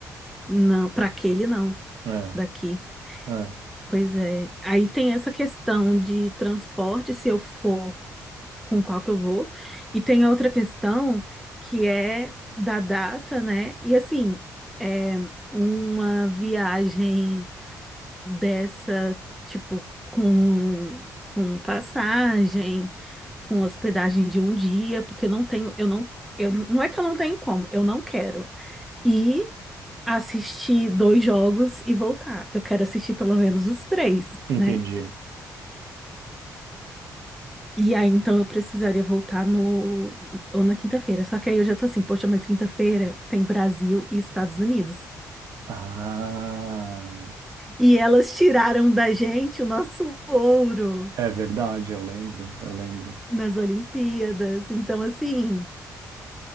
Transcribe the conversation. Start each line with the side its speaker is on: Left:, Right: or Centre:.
Centre: Não, para aquele não,
Right: É,
Centre: daqui.
Right: é,
Centre: Pois é. Aí tem essa questão de transporte, se eu for com qual que eu vou. E tem a outra questão que é da data, né? E assim, é uma viagem. dessa, tipo, com, com passagem, com hospedagem de um dia, porque eu não tenho, eu não, eu, não é que eu não tenho como, eu não quero. E assistir dois jogos e voltar. Eu quero assistir pelo menos os três,
Right: entendi.
Centre: né? E aí, então, eu precisaria voltar no, ou na quinta-feira. Só que aí eu já tô assim, poxa, mas quinta-feira tem Brasil e Estados Unidos.
Right: Ah,
Centre: E elas tiraram da gente o nosso ouro.
Right: é verdade, eu lembro, eu lembro.
Centre: nas Olimpíadas. Então, assim,